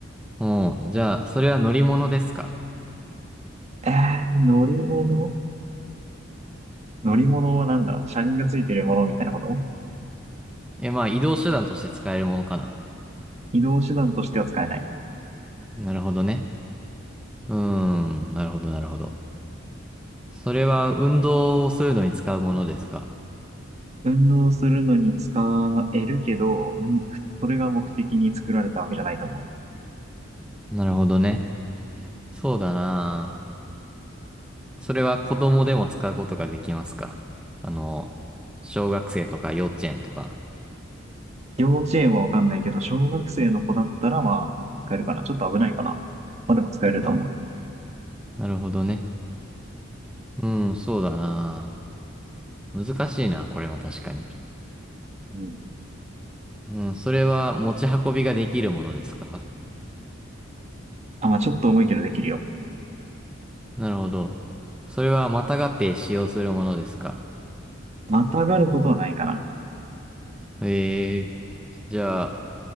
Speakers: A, in the centre; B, on the right.
A: うん。じゃあ、それは乗り物ですか
B: えー、乗り物乗り物はなんだ車輪がついてるものみたいなこと
A: いや、まあ、移動手段として使えるものかな。
B: 移動手段としては使えない。
A: なるほどね。うーん。なるほど、なるほど。それは運動をするのに使うものですか
B: 運動するのに使えるけど、うん、それが目的に作られたわけじゃないと思う。
A: なるほどね。そうだな。それは子供でも使うことができますかあの、小学生とか幼稚園とか。
B: 幼稚園はわかんないけど、小学生の子だったら、まあ、使えるかな。ちょっと危ないかな。まあでも使えると思
A: あ、なるほどね。うん、そうだな。難しいな、これも確かに。
B: う。うん。
A: うん、それは持ち運びができるものですか
B: あ、まあちょっと重いけどできるよ。
A: なるほど。それはまたがって使用するものですか
B: またがることはないかな。
A: ええじゃあ、